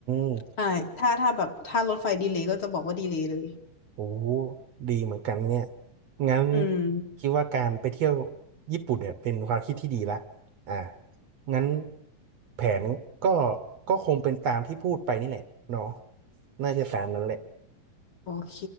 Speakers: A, on the right (about 60°); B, on the left (about 45°).
A: ม
B: ใช่ถ้าถ้าแบบถ้ารถไฟดีเลย์ก็จะบอกว่าดีเลย์เลย
A: โอ้โหดีเหมือนกันเนี่ยงั้น
B: อืม
A: คิดว่าการไปเที่ยวญี่ปุ่นเนี่ยเป็นความคิดที่ดีละอ่างั้นแผนก็ก็คงเป็นตามที่พูดไปนี่แหละเนาะน่าจะตามนั้นแหละ
B: โอเค